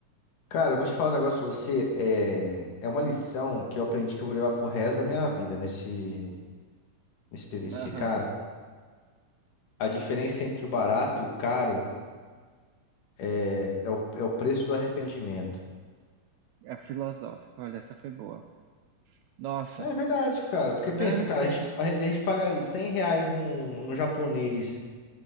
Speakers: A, on the left; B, on the right.
A: Cara, eu vou te falar um negócio pra você. É, é uma lição que eu aprendi que eu vou levar pro resto da minha vida nesse, nesse PVC,
B: Aham.
A: cara. A diferença entre o barato e o caro. É, é o, é o preço do arrependimento.
B: É filosófico. Olha, essa foi boa. Nossa.
A: É verdade, cara. Porque
B: Não
A: pensa, cara,
B: sei.
A: a gente, a gente paga ali 100 reais num, num japonês